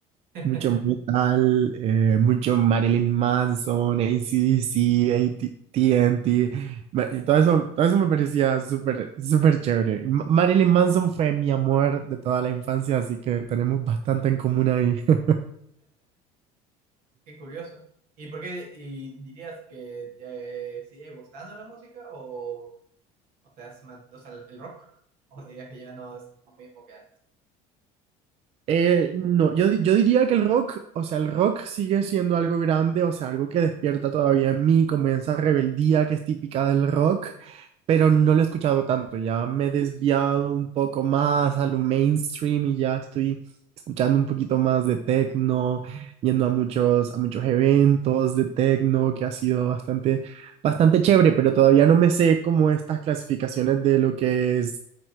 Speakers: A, on the right; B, on the right.
A: <laughs>
B: Mucho metal, eh, mucho Marilyn Manson, AC/DC, AT&T, ma- y todo eso, todo eso me parecía súper, súper chévere. M- Marilyn Manson fue mi amor de toda la infancia, así que tenemos bastante en común ahí. <laughs>
A: Qué curioso. ¿Y por qué y dirías que te sigue gustando la música o ¿O te has man- o sea, el rock? ¿O dirías que ya no es lo mismo que antes?
B: Eh, no, yo, di- yo diría que el rock, o sea, el rock sigue siendo algo grande, o sea, algo que despierta todavía en mí, como esa rebeldía que es típica del rock, pero no lo he escuchado tanto, ya me he desviado un poco más a lo mainstream y ya estoy escuchando un poquito más de techno, yendo a muchos, a muchos eventos de techno, que ha sido bastante, bastante chévere, pero todavía no me sé como estas clasificaciones de lo que es